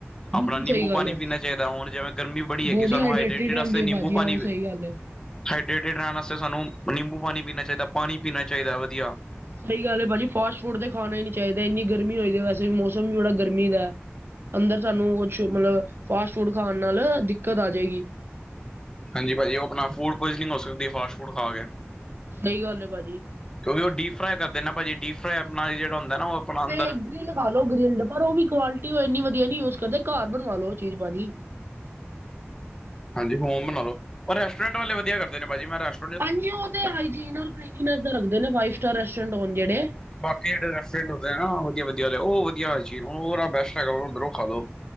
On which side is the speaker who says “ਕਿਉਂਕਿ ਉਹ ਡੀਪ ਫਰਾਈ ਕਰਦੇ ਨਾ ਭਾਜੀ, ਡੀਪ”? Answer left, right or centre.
Left